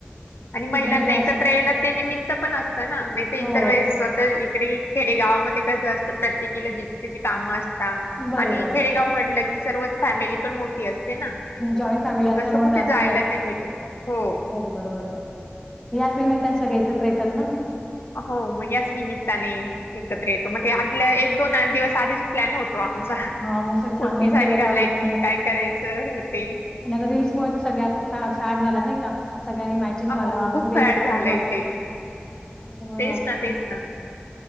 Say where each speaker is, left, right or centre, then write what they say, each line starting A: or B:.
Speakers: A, on the left (about 80°); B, on the left (about 15°).
A: आणि महिलांना
B: एकदम एन्जॉय
A: एकत्र
B: असेल
A: याला ते निमित्त पण असत ना नाही ते
B: हो
A: इतर वेळेस स्वत इकडे खेडे गावामध्ये कसं असतं प्रत्येक जिची त्याची काम असतात
B: बरोबर
A: आणि खेडेगाव
B: बरोबर
A: म्हटलं की सर्व फॅमिली पण मोठी असते ना
B: जॉईंट फॅमिली
A: मग
B: असल्यामुळे
A: असं कुठे
B: जास्त
A: जायला नाही भेटत हो
B: बरोबर बर याच निमित्तान सगळे एकत्र येतात ना
A: हो मग याच निमित्ताने एकत्र येतो मग ते आदल्या एक दोन दिवस आधीच प्लॅन होत तो आमचा
B: हा मग असं
A: कोणती
B: छान मेहंदी
A: साडी
B: वगैरे
A: घालायची
B: काढायची
A: काय करायचं हे ते
B: आणि आता रीलल्समुळे सगळ्याच फॅड झाला नाही का सगळ्यांनी माहिती
A: हो
B: लाग
A: खूप
B: रेडू
A: फॅड
B: त्याच्यामुळे
A: झालंय ते तेच
B: असत
A: ना तेच ना